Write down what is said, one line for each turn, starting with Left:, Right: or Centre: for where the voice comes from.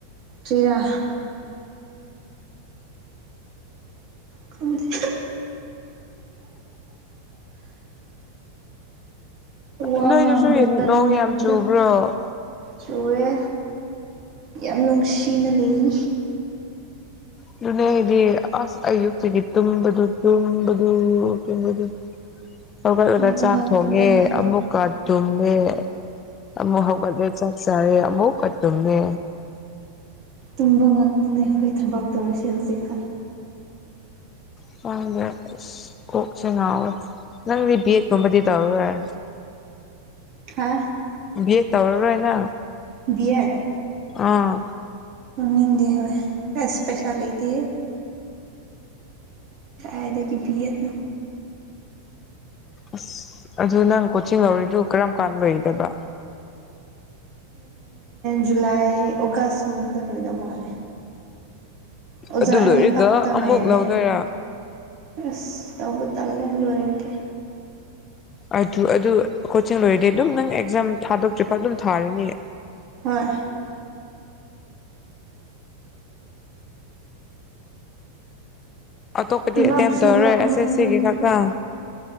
Right: ꯇꯔꯥ ꯈꯪꯗꯦ ꯋꯥ
Left: ꯅꯣꯏꯗꯨꯁꯨ
Right: ꯉꯥꯡꯕ ꯇꯟꯈ꯭ꯔꯕꯗ
Left: ꯅꯣꯡ ꯌꯥꯝ ꯆꯨꯕ꯭ꯔꯣ
Right: ꯆꯨꯑꯦ ꯌꯥꯝ ꯅꯨꯡꯁꯤꯅ ꯂꯩ
Left: ꯑꯗꯨꯅꯦ ꯑꯩꯗꯤ ꯑꯁ ꯑꯌꯨꯛꯇꯒꯤ ꯇꯨꯝꯕꯗꯣ ꯇꯨꯝꯕꯗꯣ ꯑꯝꯇꯣꯏꯕ ꯑꯗꯨꯒꯤ
Right: <inaudible>
Left: ꯍꯧꯒꯠꯂꯒ
Right: ꯇꯨꯝꯕ
Left: ꯆꯥꯛ
Right: ꯉꯥꯛꯇꯅꯦ
Left: ꯊꯣꯡꯉꯦ ꯑꯃꯨꯛꯀ ꯇꯨꯝꯃꯦ ꯑꯃꯨꯛ ꯍꯧꯒꯠꯂꯦ ꯆꯥꯛ ꯆꯥꯔꯦ ꯑꯃꯨꯛꯀ ꯇꯨꯝꯃꯦ
Right: ꯇꯨꯝꯕ ꯉꯥꯛꯇꯅ ꯑꯩꯈꯣꯏ ꯊꯕꯛ ꯇꯧꯔꯤꯁꯦ ꯍꯧꯖꯤꯛꯀꯥꯟ
Left: ꯪꯁ꯭ꯋꯥꯏꯗ ꯑꯁ ꯀꯣꯛꯁꯦ ꯉꯥꯎꯋꯦ ꯅꯪꯗꯤ ꯕꯤꯑꯦꯠ ꯀꯨꯝꯕꯗꯤ ꯇꯧꯔꯔꯣꯏ
Right: ꯍꯥ
Left: ꯕꯤ ꯑꯦ ꯇꯧꯔꯔꯣꯏꯅ
Right: ꯕꯤꯌꯠ
Left: ꯑꯥ
Right: ꯃꯅꯤꯡꯗꯦ ꯑꯦꯁꯄꯦꯁꯥ ꯂꯩ ꯂꯩꯇ ꯑꯗꯒꯤ ꯚꯌꯦꯠꯅ
Left: ꯑꯁ ꯑꯗꯨ ꯅꯪ ꯀꯣꯆꯤꯡ ꯂꯧꯔꯤꯗꯨ ꯀꯔꯝ ꯀꯥꯟꯥꯟꯕꯔꯤꯗꯕ
Right: ꯖꯨꯂꯥꯏ ꯑꯣꯒꯁꯀꯨꯝꯕꯗ ꯂꯣꯏꯗꯧ ꯃꯥꯜꯂꯦ ꯑꯣꯖꯥ
Left: ꯑꯗꯨ ꯂꯣꯏꯔꯒ
Right: ꯑꯅꯤꯈꯛꯇ
Left: ꯑꯃꯨꯛ
Right: ꯉꯥꯏꯔꯦ
Left: ꯂꯧꯗꯣꯏꯔꯥ
Right: ꯑꯁ ꯇꯧꯕ ꯇꯜꯂꯦ ꯂꯣꯏꯔꯒꯦ
Left: ꯑꯗꯨ ꯑꯗꯨ ꯀꯣꯆꯤꯡ ꯂꯣꯏꯔꯗꯤ ꯑꯗꯨꯝ ꯅꯪ ꯑꯦꯛꯖꯥꯝ ꯊꯥꯗꯣꯛꯇ꯭ꯔꯤ ꯐ ꯑꯗꯨꯝ ꯊꯥꯔꯅꯤꯌꯦ
Right: ꯍꯣꯏ
Left: ꯑꯇꯣꯞꯄꯗꯤ ꯑꯦꯇꯦꯝ
Right: ꯂꯞꯁꯨ
Left: ꯇꯧꯔꯔꯣꯏ
Right: ꯂꯞꯃꯟꯕꯒꯤꯀꯣ
Left: ꯑꯁꯦ ꯁꯤꯒꯤ ꯈꯛꯇꯪ